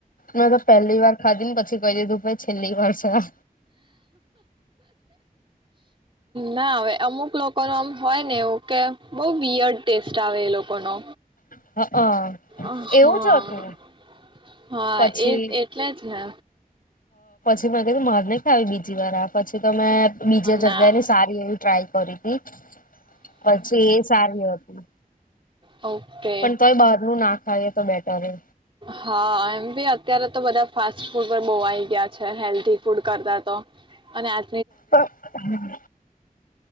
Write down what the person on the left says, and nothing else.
મેં તો પહેલી વાર ખાધી ને પછી કહી દીધું પ છેલ્લી વાર છે આ.
હ
એવું જ હતું
પછી
તો મેં કીધું મારે નહીં ખાવી બીજી વાર આ પછી તો મેં બીજા
જગ્યાની સારી એવી ટ્રાય કરી તી પછી એ સારી હતી.
પણ તોય બહારનું ના ખાઈએ તો બેટર હે.
પણ